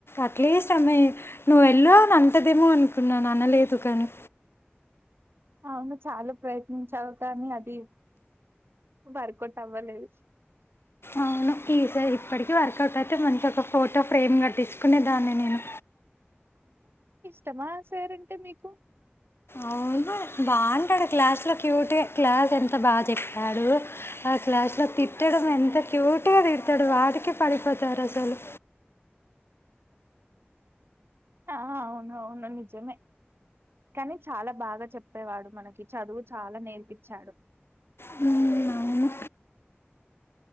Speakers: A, on the left (about 75°); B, on the right (about 70°).
A: అట్లీస్ట్ అమ్మాయి నువ్వు వెళ్ళ అని అంటదేమో అనుకున్నాను అనలేదు కానీ
B: అవును చాలా ప్రయత్నించావు కానీ అది వర్క్ అవుట్ అవ్వలేదు
A: అవును ఈసారి ఇప్పటికీ వర్కౌట్ అయితే మంచి ఒక ఫోటో ఫ్రేమ్ కట్టించుకునేదాన్ని నేను
B: టమాసయారంటే మీకు
A: అవునా బాగుంటాడు క్లాస్ లో క్యూటే క్లాస్ ఎంత బాగా చెప్తాడు ఆ క్లాస్ తిట్టడం ఎంత క్యూట్ గా తిడతాడు వాటికే పడిపోతారు అసలు
B: ఆ అవును అవును నిజమే కానీ చాలా బాగా చెప్పేవాడు మనకి చదువు చాలా నేర్పచ్చాడు
A: హు అవును